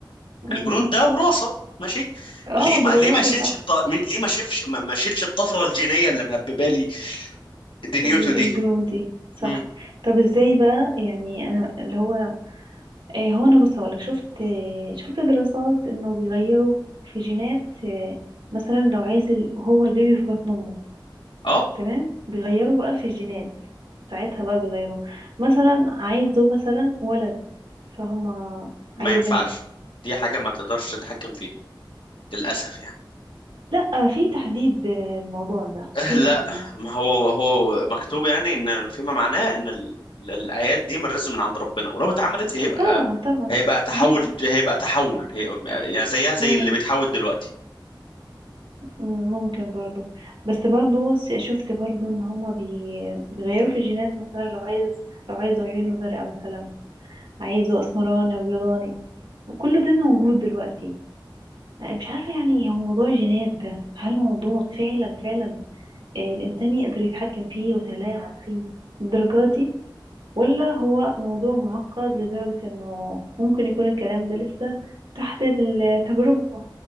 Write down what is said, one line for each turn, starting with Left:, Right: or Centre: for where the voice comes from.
Right: م.
Left: الجنون ده وراثه ماشي
Right: اه
Left: ليه ما
Right: بالوراثه
Left: ليه ما شيلش
Right: صح
Left: الط... ليه ما شيلش ما ما شيلش الطفره الجينيه اللي مهببه لي دنيوتو
Right: ال-
Left: دي
Right: الجنون دي صح
Left: امم
Right: طب ازاي بقى يعني انا اللي هو آه، هو انا بص هقولك شفت آه، شفت دراسات انه بيغيروا في جينات آه، مثلا لو عايز ال- هو البيبي في بطن امه
Left: اه
Right: تمام بيغيروا بقى في الجينات ساعتها بقى بيغيروا مثلا عايزه مثلا ولد فهم
Left: ما
Right: عايزه
Left: ينفعش
Right: بنت
Left: دي حاجه ما تقدرش تتحكم فيها للاسف يعني
Right: لا في تحديد آه، الموضوع ده في
Left: لا
Right: تحديد
Left: ما هو هو مكتوب يعني ان فيما معناه ان ال- العيال دي من رزق من عند ربنا ولو اتعملت هيبقى
Right: طبعا طبعا
Left: هيبقى تحول
Right: هي
Left: هيبقى تحول هي يعني زيها
Right: مم،
Left: زي اللي بيتحول دلوقتي
Right: مم، ممكن برضو بس برضو س- شفت برضو ان هما بي... بيغيروا في الجينات مثلا لو عايز لو عايز عيونه زرقاء مثلا عايزه اسمراني وابيضاني وكل ده موجود دلوقتي انا مش عارفه يعني هو موضوع الجينات ده هل موضوع فعلا فعلا آه، الانسان يقدر يتحكم فيه ويتلاعب فيه للدرجه دي ولا هو موضوع معقد لدرجه انه ممكن يكون الكلام ده لسه تحت التجربه